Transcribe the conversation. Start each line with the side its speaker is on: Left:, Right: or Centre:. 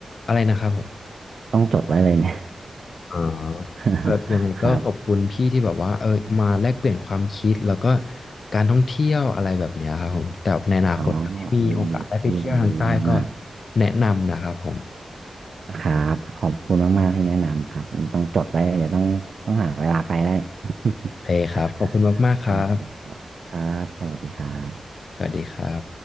Left: อะไรนะครับผม
Right: ต้องจดไว้เลยเนี่ย
Left: อ๋อ
Right: <laughs>
Left: แบบยังไงก็ขอบคุณพี่ที่แบบว่าเออมาแลกเปลี่ยนความคิดแล้วก็
Right: ครับ
Left: การท่องเที่ยวอะไรแบบเนี้ยครับผมแต่ในอนาคตถ้าพี่มีโอกาสได้ไปเที่ยวทางใต้ก็
Right: อ๋อยินดียินดีมากมาก
Left: แนะนำนะครับผม
Right: ครับขอบคุณมากๆที่แนะนำครับนี่ต้องจดไว้เดี๋ยวต้องต้องหาเวลาไปได้
Left: โอเคครับขอบคุณมากๆครับ
Right: <laughs> โอเคครับครับสวัสดีครับ
Left: สวัสดีครับ